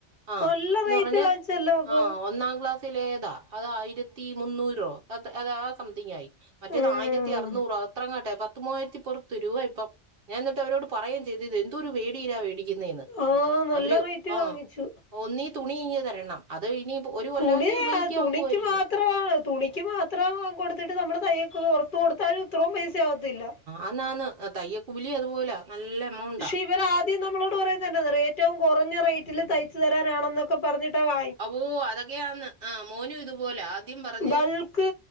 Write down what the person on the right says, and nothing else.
ആ
ന്ന്
പറഞ്ഞൽ
ആ ഒന്നാം ക്ലാസ് ത്തിലേതാ അതായിരത്തി മുന്നൂറോ അ അതാ സംതിങ് ആയി മറ്റേത്
ആയിരത്തി അർനൂറ് അത്രങ്ങട്ടെ പത്ത് മൂവായിരത്തി പറത്ത് രൂപ ഇപ്പം ഞാൻ എന്നിട്ട് അവരോട് പറയും ചെയ്തു എന്തോ ഒരു വേടിയിലാ വേടിക്കുന്നേ എന്ന്
അവര്
ആ
ഒന്നീ തുണി ഇങ്ങ് തരണം അത് ഇനി ഒരു കൊല്ലമൊക്കെ
ഉപയോഗിക്കാൻ
ഒക്കുമായിരിക്കും.
അന്നാണ് തയ്യൽ കൂലി അതുപോലെ നല്ല എമൗണ്ടാ
ഓ അതൊക്കെയാന്ന് ആ മോനു ഇതുപോലെ ആദ്യം പറഞ്ഞു